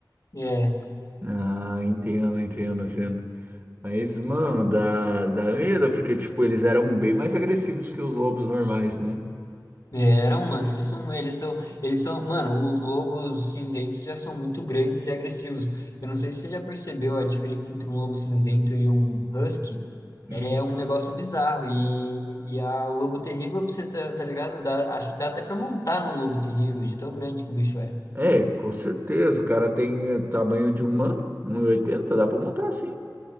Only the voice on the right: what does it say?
Ah, entendo, entendo, entendo. Mas, mano, dá, dá medo, porque, tipo, eles eram bem mais agressivos que os lobos normais, né?
Hum.
É, com certeza. O cara tem tamanho de humano, um e oitenta dá pra montar assim.